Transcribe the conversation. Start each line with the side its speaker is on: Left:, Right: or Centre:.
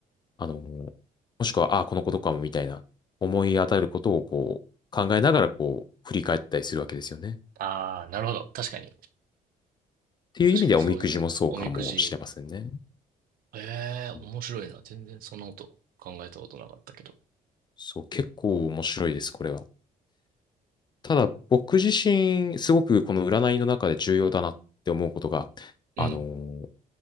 Left: あのーもしくは、あ、このことかもみたいな、思い当たることをこう、考えながらこう、振り返ったりするわけですよね。っ
Right: ああ、なるほど。確かに。
Left: ていう意味では、
Right: 確かにそう言われる。
Left: おみくじもそうかもしれませんね。
Right: おみくじ。ええ、面白いな。
Left: うん
Right: 全然そんなこと考えたことなかったけど。
Left: そう、結構面白いです、これは。ただ僕自身、すごくこの占いの中で重要だなって思うことが、
Right: うん、
Left: あのー